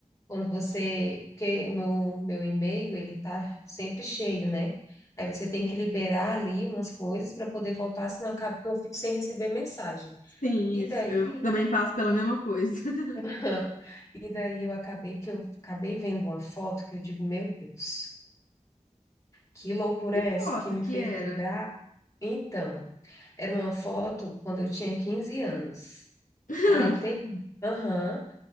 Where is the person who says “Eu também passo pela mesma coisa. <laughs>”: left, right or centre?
Left